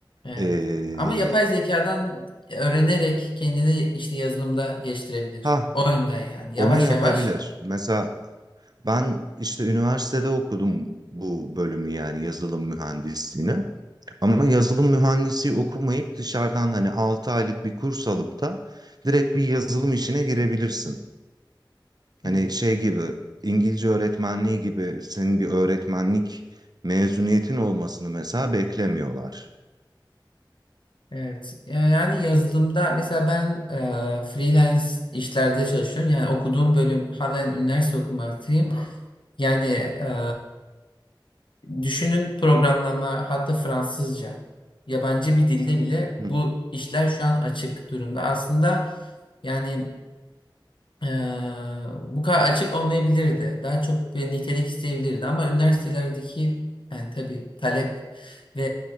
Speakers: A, on the left; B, on the right.
A: Evet.
B: Ee,
A: Ama yapay zekadan öğrenerek kendini işte yazılımda geliştirebilir.
B: ha
A: O yönden yani. Yavaş
B: onu yapabilir.
A: yavaş.
B: Mesela ben işte üniversitede okudum bu bölümü yani yazılım mühendisliğini. Ama yazılım mühendisi okumayıp dışarıdan hani 6 aylık bir kurs alıp da direkt bir yazılım işine girebilirsin.
A: Evet.
B: Hani şey gibi İngilizce öğretmenliği gibi senin bir öğretmenlik mezuniyetin olmasını mesela beklemiyorlar.
A: Evet. Yani yazılımda mesela ben e, freelance işlerde çalışıyorum. Yani okuduğum bölüm halen üniversite okumaktayım. Yani e, düşünün programlama hatta Fransızca yabancı bir dilde bile
B: Hı.
A: bu işler şu an açık durumda. Aslında yani Ee, bu kadar açık olmayabilirdi. Daha çok bir nitelik isteyebilirdi ama üniversitelerdeki yani tabii talep ve